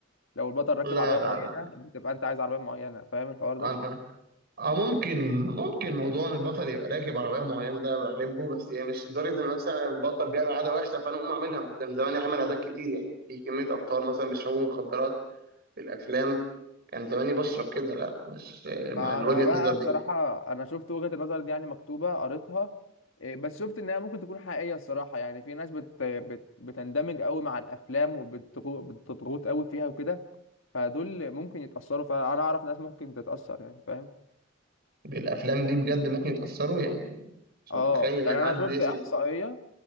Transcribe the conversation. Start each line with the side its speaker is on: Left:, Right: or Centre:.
Left: لو البطل راكب
Right: لا
Left: عربيه
Right: لا
Left: معينه
Right: لا
Left: بتبقى انت عايز عربيه معينه فاهم الحوار ده
Right: انا اه ممكن ممكن موضوع ان البطل يبقى راكب عربية معينة ده بحبه بس يعني مش لدرجة ان مثلا البطل بيعمل عادة وحشة فانا اقوم اعملها كان زمان يعمل عادات كتير يعني في كمية ابطال مثلا بيشربوا مخدرات بالافلام كان زماني بشرب كده لا مش مع
Left: ما
Right: وجهة
Left: انا
Right: النظر
Left: بقى
Right: دي
Left: الصراحه انا شفت وجهه النظر دي يعني مكتوبه قريتها إيه، بس شفت انها ممكن تكون حقيقيه الصراحه يعني في ناس بت... بت... بتندمج قوي مع الافلام وبتضغط قوي فيها وكده فدول ممكن يتاثروا فانا اعرف ناس ممكن تتاثر يعني فاهم
Right: بالافلام دي بجد ممكن يتاثروا يعني مش
Left: اه
Right: متخيل
Left: يعني
Right: ان
Left: انا
Right: حد
Left: شفت
Right: يسمع
Left: احصائيه